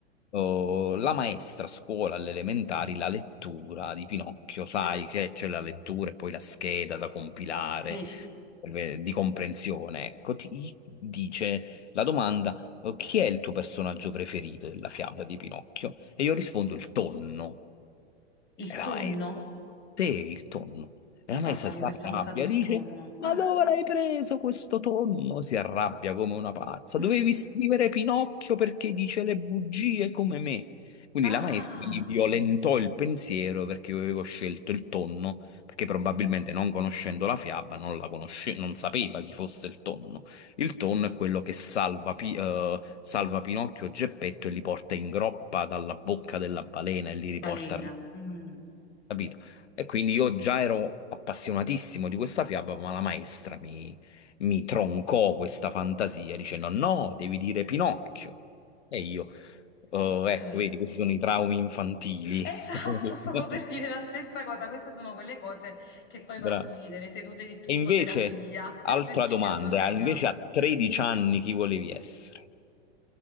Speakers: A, on the left (about 80°); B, on the left (about 35°).
A: eh, la maestra a scuola alle elementari, la lettura di Pinocchio, sai che c'è la lettura e poi la scheda da compilare
B: sì,
A: eh, di comprensione, ecco, ti dice la domanda: chi è il tuo personaggio preferito della fiaba di Pinocchio? E io rispondo il tonno.
B: il
A: E la
B: tonno.
A: maestra, te il tonno.
B: Ricordami
A: E la maestra si
B: questa
A: arrabbia,
B: cosa del
A: dice,
B: tonno. Ah,
A: ma dove l'hai preso questo tonno? Si arrabbia come una pazza.
B: <laughs>
A: Dovevi scrivere Pinocchio perché dice le bugie come me. Quindi
B: ah,
A: la maestra mi violentò il pensiero perché io avevo scelto il tonno, perché probabilmente non conoscendo la fiaba non la conosce- non sapeva chi fosse il tonno. Il tonno è quello che salva, Pi- eh, salva Pinocchio e Geppetto e li porta in groppa dalla bocca della balena e li riporta
B: balena. mm,
A: capito? E quindi io già ero appassionatissimo di questa fiaba, ma la maestra mi, mi troncò questa fantasia dicendo: No, devi dire Pinocchio. E io, "Oh,
B: ok.
A: ecco, vedi, questi sono i traumi infantili.
B: Esatto,
A: <laughs>
B: stavo per dire la stessa cosa. Queste sono quelle cose che poi
A: Bravo.
B: porti nelle sedute di psicoterapia
A: E invece, altra
B: <laughs> perché
A: domanda,
B: ti hanno segnato.
A: invece a 13 anni chi volevi essere?